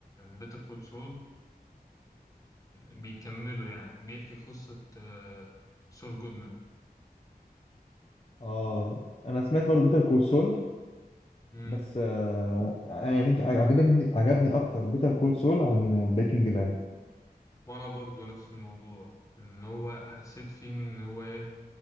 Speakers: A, on the left (about 20°); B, on the left (about 35°).
A: بيتر كول سول بيكملوا يعني بيحكي قصة آه، سول جودمان
B: اه انا سمعت برضه بيتر كول سول
A: مم.
B: بس آه يعني عجبني عجبني اكتر بيتر كول سول عن بريكنج باد
A: وانا برضو نفس الموضوع ان هو حسيت فيه ان هو ايه